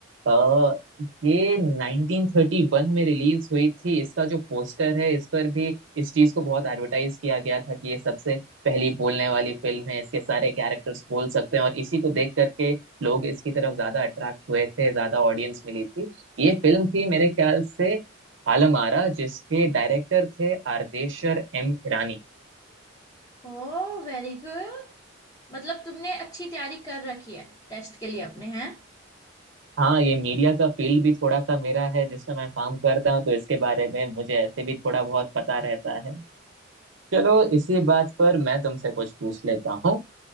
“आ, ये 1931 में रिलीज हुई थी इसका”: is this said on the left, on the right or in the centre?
Right